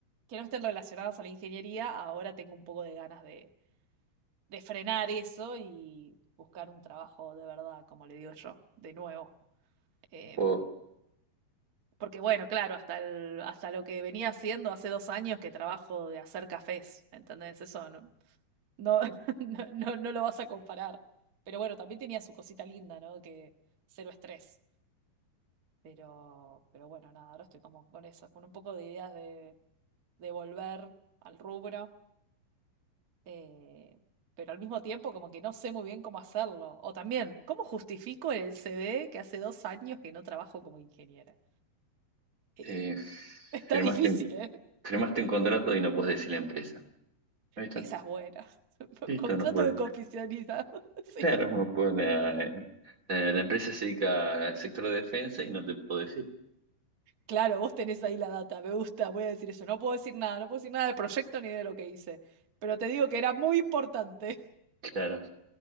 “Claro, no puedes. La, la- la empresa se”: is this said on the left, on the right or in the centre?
Right